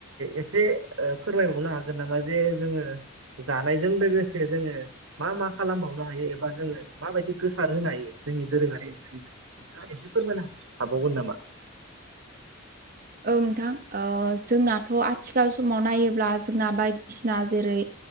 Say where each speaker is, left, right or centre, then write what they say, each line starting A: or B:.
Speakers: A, on the right (about 70°); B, on the right (about 45°).
A: एसे ओ फोरमायबावनो हागोन नामा जे जोंङो जानायजों लोगोसे जोंङो मा मा खालामबावो? सनो हायो एबा जोङो माबायदि गोसार होनो हायो जोंनि दोरोङारि ओंख्रिजों। एसे फोरमायना हाबावगोन नामा?
B: औ नोंथां ओ जोंनाथ' आथिखाल समाव नायोब्ला जोंना बायदिसिना जेरै